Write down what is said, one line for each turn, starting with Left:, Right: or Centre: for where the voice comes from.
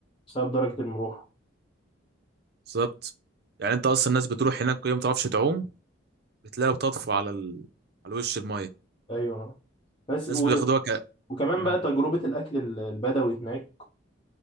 Left: بسبب درجه الملوحه
Right: بالظبط يعني انت اصلا الناس بتروح هناك وهي ما بتعرفش تعوم بتلاقيها بتطفو على ال... على وش المايه
Left: ايوه بس و...
Right: ناس بياخدوها ك...
Left: وكمان
Right: مم.
Left: بقى تجربه الاكل البدوي هناك